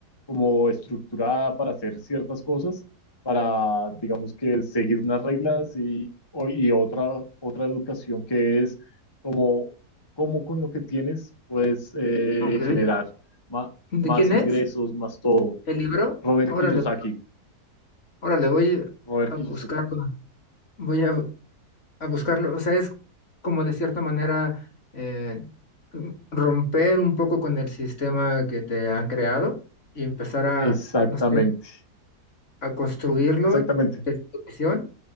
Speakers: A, on the left (about 15°); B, on the left (about 45°).
A: como estructurada para hacer ciertas cosas, para, digamos que, seguir unas reglas y, o- y otra, otra educación que es como cómo con lo que tienes puedes eh,
B: ok.
A: generar ma-
B: ¿De
A: más
B: quién
A: ingresos,
B: es?
A: más todo.
B: ¿El libro?
A: Robert
B: Órale,
A: Kiyosaki,
B: órale, voy
A: Robert
B: a
A: Kiyosaki,
B: buscarlo. Voy a, a buscarlo. O sea, es como de cierta manera eh, romper un poco con el sistema que te han creado y empezar a,
A: exactamente,
B: no sé, a construirlo
A: exactamente.
B: de tu visión.